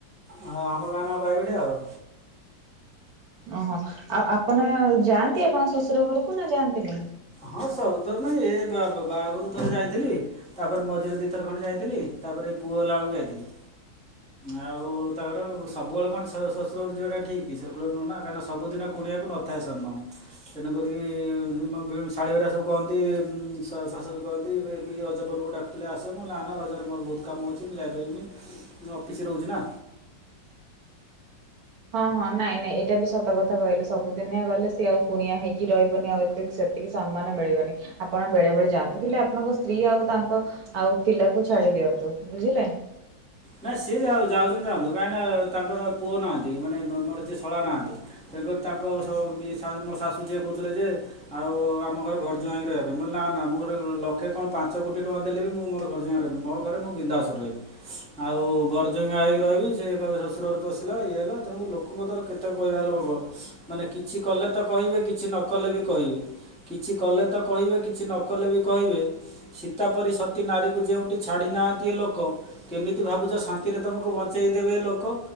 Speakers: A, in the centre; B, on the right (about 60°).
A: ହଁ ଆମ ଗାଁ ନା ପାଇବଡିଆ ଆଉ।
B: ଓହୋ ଆଉ ଆପଣ ଯାଆନ୍ତି ଆପଣ ଶଶୁର ଘରକୁ ନା ଯାଆନ୍ତି ନି?
A: ହଁ ସବୁ ତର ନାଇଁ ଏ ବା ବାହାଘରୁ ଥରେ ଯାଇଥିଲି। ତାପରେ ମଝିରେ ଦିଇଥର ଖଣ୍ଡେ ଯାଇଥିଲି ତାପରେ ପୁଅ ହେଲା ବେଳକୁ ଯାଇଥିଲି
B: ହୁଁ
A: ଆଉ ତାଙ୍କର ସବୁବେଳେ କଣ ଶ୍ୱଶୁରର ଯିବାଟା ଠିକ୍ ସେବୁବେଳେ ନୁହେ କାହିଁକ ସୁିନୁଣିବାକୁ ନ ଥାଏ ସମ୍ମାନ ତେଣୁକିକି ଶାଳଳି ଭଳିଆ ସବୁହନ୍ତି ଶାଶୁ ବି କହନ୍ତି ଏ ରଜ ପର୍ବକୁ ଡାକୁଥିଲେ ଆସ ମୋ ନା ନା ରଜରେ ମୋର ବହୁତ କାମ ଅଛି ମୁଁ ଯାଇପାରିବିନି ମୁ ଅଫିସରେ ରହୁଛି ନା
B: ହଁ ହଁ ନାଇଁ ନାଇଁ ଏଇଟା ବି ସତ କଥା କହିଲେ ସବୁଦିନିଆ ଗଲେ ସେ ଆଉ କୁଣିଆ ହେଇକି ରହିବନି ଆଉ ଏ ଏତିକି ସମ୍ମାନ ମିଳିବନି ଆପଣ ବେଳେ ବେଳେ ଯାଆନ୍ତୁ ହେଲେ ଆପଣଙ୍କ ସ୍ତ୍ରୀ ଆଉ ତାଙ୍କ ଆଉ ପିଲାକୁ ଛାଡି ଦିଅନ୍ତୁ ବୁଝିଲେ
A: ନାାଇଁ ସିଏ ଯାଉଛନ୍ତି ଯାଆନ୍ତୁ କାହିଁକି ନା ତାଙ୍କର ପୁଅ ନାହାନ୍ତି ମାନେ ମୋର ଯିଏ ଶଳା ନାହାନ୍ତି ତେଣକରି ତାଙ୍କ ମୋ ଶାଶୁ ଯିଏ କହୁଥିଲେ ଯେ ଆଉ ଆମ ଘରେ ଘରଜୁଆାଇଁଙ୍କିରେ ହେବେ ବିଲ ନା ନା ଆମ ଘରେ ଲକ୍ଷେ କଣ ପାଞ୍ଚ କୋଟି ଟଙ୍କା ଦେଲେ ବି ମୁଁ ମୋର ଘରେ ଯାଁ ରହିବି କୋ ଘରେ ମୁଁ ବିଧାସରେ ରହିବି ଆଉ ଗର୍ଜଙ୍ଗ ଆଇକି ରହିବି ସେ କହିବେ ଶ୍ୱଶୁର ଘରେ ପଶିଲା ଇଏ ହେଲା ତେଣୁ ଲୋକଙ୍କ ଦ୍ୱାରା କେତେ କହିବା ହେ ଲୋକ କ ମାନେ କିଛି କଲେ ତ କହିବେ କିଛି ନ କଲେ ବି କହିବେ କିଛି କଲେ ତ କହିବେ କିଛି ନ କଲେ ବି କହିବେ ସୀତାପରି ସତୀ ନାରୀକୁ ଯେଉଁଠି ଛାଡ଼ି ନାହାନ୍ତି ଏ ଲୋକ କେମିତି ଭାବୁଛ ଶାନ୍ତିରେ ତୁମକୁ ବଞ୍ଚେଇ ଦେେବେ ଲୋକ